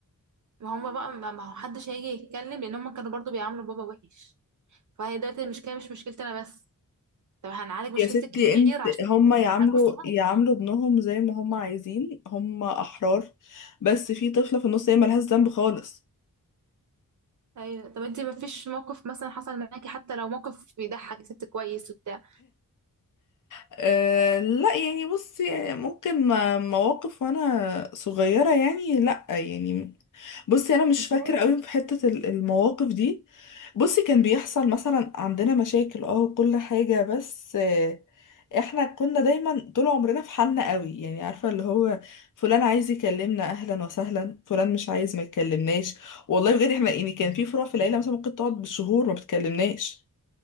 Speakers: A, on the right; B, on the left.
A: ما هم بقى ما ما هو حدش هيجي يتكلم لان هم كانوا برضو بيعاملوا بابا وحش فهي دلوقتي المشكله مش مشكلتي انا بس طب هنعالج مشكلتي
B: يا ستي
A: الكبير
B: انت
A: عشان
B: هم يعاملوا
A: نعالج الصغير
B: يعاملوا ابنهم زي ما هم عايزين هم أحرار بس في طفلة في النص هي ملهاش ذنب خالص
A: ايوه طب انت ما فيش موقف مثلا حصل معاكي حتى لو موقف بيضحك ست كويس وبتاع
B: أه لا يعني بصي يعني ممكن م- مواقف وانا صغيرة يعني لا يعني بصي انا مش
A: مش
B: فاكرة
A: لازم
B: قوي في حتة ال- المواقف دي بصي كان بيحصل مثلا عندنا مشاكل اه وكل حاجة بس آه، احنا كنا دايما طول عمرنا في حالنا قوي يعني عارفة اللي هو فلان عايز يكلمنا اهلا وسهلا فلان مش عايز ما يكلمناش والله بجد احنا يعني كان في فروع في العيلة مثلا ممكن تقعد بالشهور ما بتكلمناش